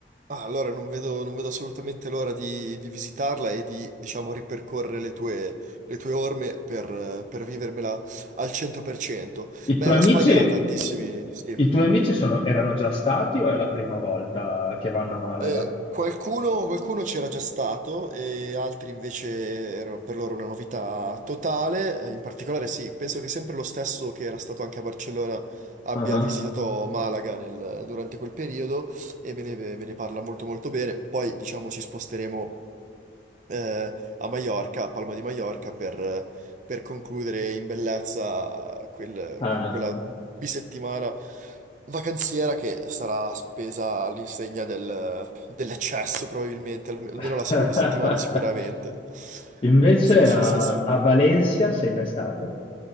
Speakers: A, on the right; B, on the left.
A: Ah, allora non vedo, non vedo assolutamente l'ora di, di visitarla e di, diciamo, ripercorrere le tue, le tue orme per, eh, per vivermela al 100%.
B: I
A: Beh,
B: tuoi
A: la
B: amici.
A: Spagna ha tantissimi, sì.
B: I tuoi amici sono- erano già stati o è la prima volta che vanno a Malaga?
A: Eh, qualcuno qualcuno c'era già stato e altri invece erano per loro una novità totale. Eh, in particolare, sì, penso che sempre lo stesso che era stato anche a Barcellona abbia
B: Ah,
A: visitato Malaga nel- durante quel periodo e me ne, me ne parla molto molto bene. Poi, diciamo, ci sposteremo eh, a Maiorca, a Palma di Maiorca, per, per concludere in bellezza quel-
B: ah,
A: quella bisettimana vacanziera che sarà spesa all'insegna del- dell'eccesso, probabilmente, alme- almeno
B: <laughs>
A: la seconda
B: ah.
A: settimana sicuramente.
B: Invece
A: Sì, sì,
B: a,
A: sì, sì.
B: a Valencia sei mai stato?